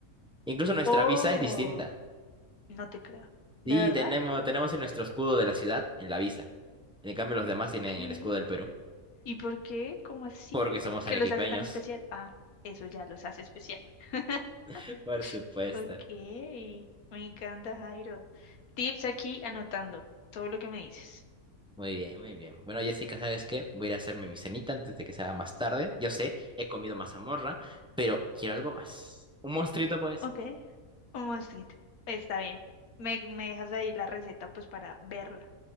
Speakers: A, in the centre; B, on the left (about 80°).
A: Incluso nuestra
B: Oh,
A: visa es distinta.
B: no te creo. ¿De
A: Sí,
B: verdad?
A: tenemos, tenemos en nuestro escudo de la ciudad, en la visa. En cambio, los demás tienen
B: ¿Qué?
A: el escudo del Perú,
B: ¿Y por qué? ¿Cómo así?
A: porque somos
B: ¿Qué
A: arequipeños.
B: los hace tan especial? Ah, eso ya los hace especial. <laughs>
A: <laughs> Por supuesto.
B: Ok, me encanta, Jairo. Tips aquí anotando todo lo que me dices.
A: Muy bien, muy bien. Bueno, Jessica, ¿sabes qué? Voy a ir a hacerme mi cenita antes de que sea más tarde. Yo sé, he comido mazamorra, pero quiero algo más. Un monstruito, pues.
B: Ok, Un mosquito, Está bien. Me, me dejas ahí la receta pues para verla